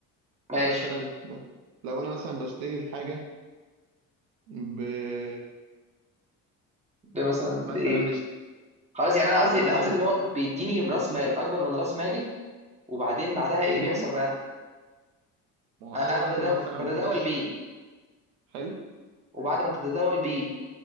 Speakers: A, on the right; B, on the right.
A: ماشي
B: فمثلا لو انا مثلا بشتري الحاجه ب
A: مثلا بايه
B: مثلا اشت-
A: خلاص يعني انا قصدي
B: لو مثلا
A: قصدك اللي هو بيديني راس مال اكبر من راس مالي وبعدين بعدها ايه اللي
B: ايوه
A: بيحصل بقى
B: ما هو انا
A: انا
B: دلوقتي
A: بتداول
B: مثلا
A: بتداول
B: لما اخش
A: بيه
B: حلو
A: وبعد ما تتداول بيه